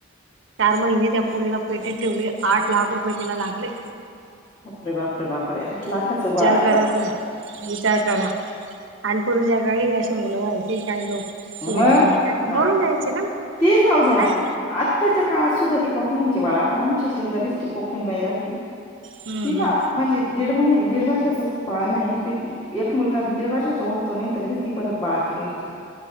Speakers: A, on the right (about 75°); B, on the left (about 25°).
A: चार महिने त्या पोरीला पेटीत ठेवले, आठ लाख रुपये तिला लागले.
B: बापरे बापरे बापरे! आठ लाखाचं
A: विचार
B: बाळ.
A: करा तुम्ही विचार करा आणि पूर्वीच्या काही असे मुलं व्हायचे काही लोक
B: मग
A: सुविधा नाही काही नाही
B: बाप
A: मरून न्यायचे ना मंग,
B: ते जाऊ द्या
A: काय?
B: आत्ताच्या काळात सुद्धा ती कोकणीची बाळ आता आमच्या शेजारीच ती कोकिन बाई राहती.
A: हम्म
B: तिला
A: हम्म
B: म्हणजे दीड महि दीड वर्षाचच बाळ नाही ते एक मुलगा दीड वर्षाचा होतो नाही, तर लगेच ती परत बाळातीन व्हायची.